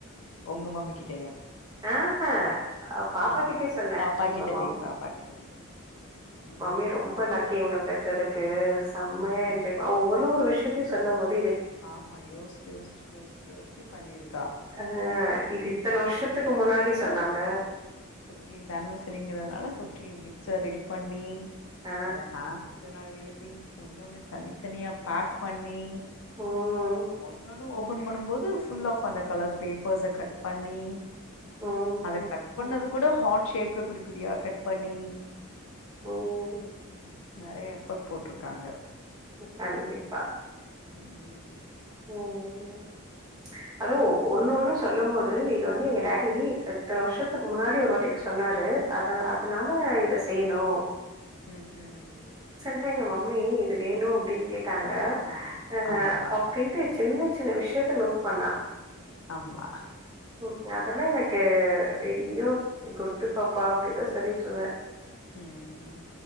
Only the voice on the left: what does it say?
உங்க மம்மி கிட்
ஆ
பாப்பா
கிட்டவே
பாப்பா கிட்டவே ம்
ம் ம்
ஆமா யோசிச் யோசிச் யோசிச் யோசிச்சு பண்ணிருக்கா
ஃபிப்டீன்ந்த்
ஆனிவர்சரிங்
ங்கறதுனால
ஃபிப்டீன்ந்த் ஆனிவர்சரிங்கிறதுனால ஃபிப்டீன் கிஃப்ட்ஸ ரெடி பண்ணி
அத ஹாம்ப் நா எழுதி ஒன்னொன்னு தனித்தனியா பேக் பண்ணி
ஒண்ணொன்னு ஓபன் பண்ணும்போது ஃபுல் ஆஃப் அந்த கலர் பேப்பர்ஸ கட் பண்ணி
அத கட் பண்ணது கூட ஹாட் ஷேப்ல குட்டி குட்டியா கட் பண்ணி
உம் நெறைய எஃபர்ட் போட்ருக்காங்க
உம் உம்
உம் உம்
ஆமா
ஆமா
ஆமா
உம்